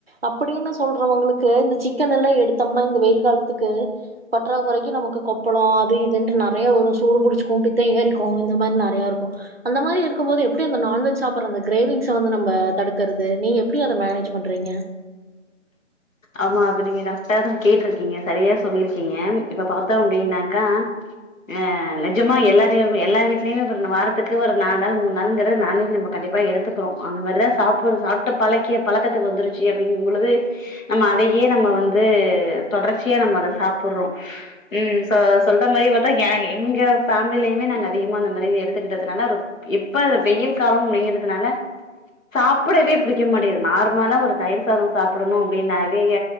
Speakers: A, on the right; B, on the left.
A: அப்டின்னு சொல்றவங்களுக்கு இந்த சிக்கன் எல்லா எடுத்தம்னா இந்த வெயில் காலத்துக்கு பற்றாக்குறைக்கு நமக்கு கொப்பள அது இதுன்டு நெறைய வரு சூடு புடிச்சக்கும் பித்த ஏரிக்கு இந்த மாரி நெறையா இருக்கு அந்த மாரி இருக்கு போது எப்டி அந்த நான்வெஜ் சாப்பற அந்த கிரேவிங்ஸ வந்து நம்ம தடுக்கறது நீங்க எப்டி அத மேனேஜ் பண்றீங்க
B: ஆமா இப்ப நீங்க கரெக்டா தான் கேட்ருக்கீங்க சரியா சொல்லியிருக்கீங்க இப்ப பாத்தோ அப்டின்னாக்கா ஆ நெஜமா எல்லாரு எல்லார் வீட்லயுமே பாருங் வாரத்துக்கு ஒரு நாலு நாள் மூணு நாளுங்கிறது நான்வெஜ் நம்ம கண்டிப்பா எடுத்துக்கிறோ அந்த மாதிரிதா சாப்பிடு சாப்பிட்டு பழக்கிய பழக்கத்துக்கு வந்துருச்சு அப்படிங்கும் பொழுது நம்ம அதையே நம்ம வந்து தொடர்ச்சியா நம்ம அதை சாப்படுறோ ம் சொ சொல்ற மாரி பாத்தா ஏ எங்க ஃபேமிலயுமே நாங்க அதிகமா அந்த மாரி எடுத்துக்கிட்டதுனால ரொ இப்போ வெயில் கால அப்டிங்கறதுனால சாப்படவே பிடிக்க மாட்டேங்து நார்மலா ஒரு தயிர் சாத சாப்படணு அப்பின்னு நெறைய